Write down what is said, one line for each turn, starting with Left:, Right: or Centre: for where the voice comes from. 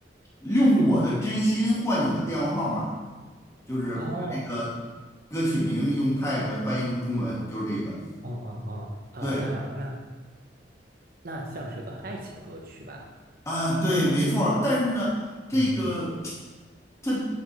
Left: 用我的真心换你的电话号码，
Right: <clears throat>
Left: 就是把这个歌曲名用泰文翻译成中文，
Right: 哦，
Left: 就是这个，
Right: 哦哦哦哦，
Left: 对。
Right: 那那那像是个爱情歌曲吧？
Left: 啊，对，没错儿。但是呢，这个
Right: 嗯
Left: 它